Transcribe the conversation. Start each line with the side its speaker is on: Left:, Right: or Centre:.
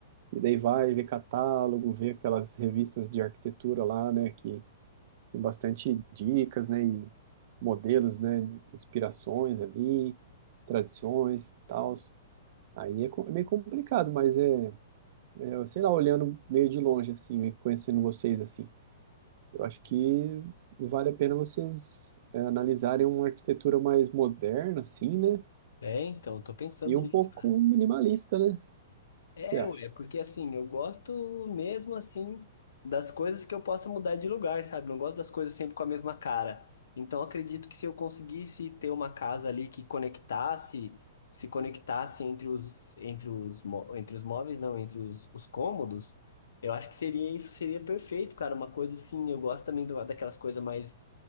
Right: E daí vai ver catálogo, ver aquelas revistas de arquitetura lá, né? Que tem bastante dicas, né? E modelos, né? Inspirações ali, tradições, tals. Aí é, co- é meio complicado, mas é, é, sei lá, olhando meio de longe, assim, meio conhecendo vocês, assim. Eu acho que vale a pena vocês é, analisarem uma arquitetura mais moderna, assim, né?
Left: É, então, tô pensando
Right: E um
Left: nisso,
Right: pouco
Left: cara.
Right: minimalista, né?
Left: É,
Right: Você acha?
Left: ué, porque assim, eu gosto mesmo assim das coisas que eu possa mudar de lugar, sabe? Não gosto das coisas sempre com a mesma cara. Então, acredito que se eu conseguisse ter uma casa ali que conectasse, se conectasse entre os, entre os, mó- entre os móveis, não, entre os, os cômodos, eu acho que seria isso, seria perfeito, cara. Uma coisa assim, eu gosto também do- daquelas coisas mais